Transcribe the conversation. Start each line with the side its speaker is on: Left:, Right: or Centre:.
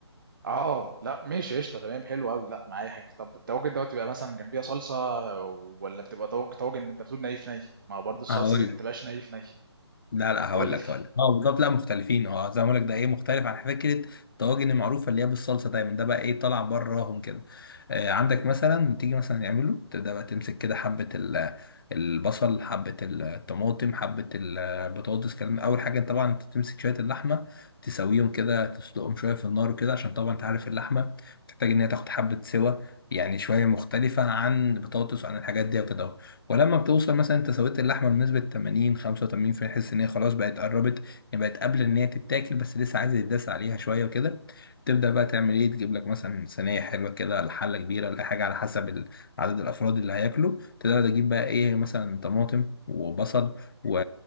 Right: اه لا ماشي قشطه تمام حلو قوي لا معايا حاجه طب الطواجن دوت بيبقى مثلا جنبيها صلصه ولا بتبقى طواجن طواجن انت بتقول ني في ني ما هو برضه الصلصه
Left: هقول
Right: دي ما بتبقاش ني في ني
Left: لا لا هقول
Right: قول لي
Left: لك هقول لك اه بالظبط لا مختلفين اه زي ما بقول لك ده ايه مختلف عن فكره الطواجن المعروفه اللي هي بالصلصه دايما ده بقى ايه طالع براهم كده آه عندك مثلا تيجي مثلا يعمله تبدا بقى تمسك كده حبه ال- البصل حبه الطماطم حبه البطاطس كلام اول حاجه طبعا انت تمسك شويه اللحمه تسويهم كده تسلقهم شويه في النار وكده عشان طبعا انت عارف اللحمه بتحتاج ان هي تاخد حبه سوا يعني شويه مختلفه عن البطاطس وعن الحاجات دي وكده ولما بتوصل مثلا انت سويت اللحمه بنسبه 80 85 في حس ان هي خلاص بقت قربت يعني بقت قبل ان هي تتاكل بس لسه عايز يتداس عليها شويه وكده تبدا بقى تعمل ايه تجيب لك مثلا صينيه حلوه كده ولا حله كبيره ولا حاجه على حسب ال- عدد الافراد اللي هياكلوا تبدا تجيب بقى ايه مثلا طماطم وبصل و...